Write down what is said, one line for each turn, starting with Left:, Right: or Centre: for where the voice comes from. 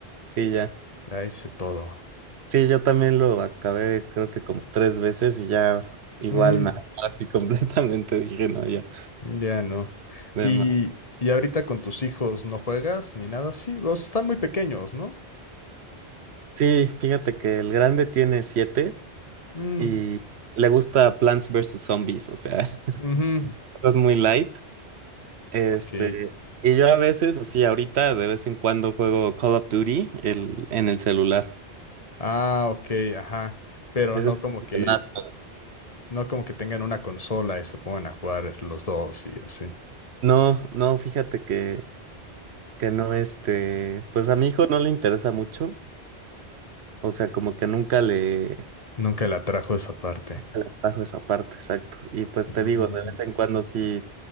Right: sí, ya.
Left: Ya hice todo.
Right: Sí, yo también lo acabé creo que como tres veces y ya igual
Left: Mm,
Right: me hartó así <laughs> completamente dije, no, ya,
Left: ya no.
Right: de
Left: Y,
Right: más".
Left: y ahorita con tus hijos no juegas ni nada así. Los están muy pequeños, ¿no?
Right: Sí, fíjate que el grande tiene siete
Left: Mm,
Right: y le gusta Plants vs. Zombies, o sea, <laughs>
Left: ujú.
Right: cosas muy light. Este,
Left: Ok.
Right: y yo a veces, así ahorita, de vez en cuando juego Call of Duty el, en el celular.
Left: Ah, ok, ajá. Pero
Right: Eso
Left: no
Right: es
Left: como que,
Right: lo que más juego.
Left: no como que tengan una consola y se pongan a jugar los dos y así.
Right: No, no, fíjate que, que no, este, pues a mi hijo no le interesa mucho, o sea, como que nunca le...
Left: Nunca la trajo esa parte.
Right: Le bajo esa parte, exacto. Y pues
Left: Mm,
Right: te digo, de vez en cuando sí